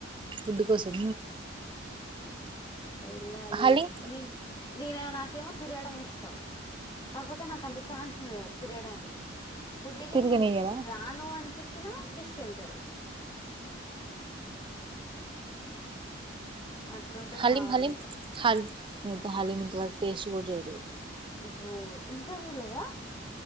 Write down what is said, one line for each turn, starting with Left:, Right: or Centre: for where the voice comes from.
Right: ఫుడ్ కోసం
Left: వెళ్ళాలి
Right: హలీం
Left: నీ నేనే నాకేమో తిరగడం ఇష్టం కాకపోతే నాకు అంత ఛాన్స్ ఉంది తిరడానికి ఫుడ్ గి
Right: తిరగనియ్యరా
Left: నేను రాను అని చెప్పి తిన తీసుకెళ్తారు అట్లుంటది
Right: హలీం
Left: మా వాళ్ళతో
Right: హలీం హల్ హలీం ఇంతవరకు టేస్ట్ కూడా చేయలేదు
Left: ఓహో ఇంకా చూడలేదా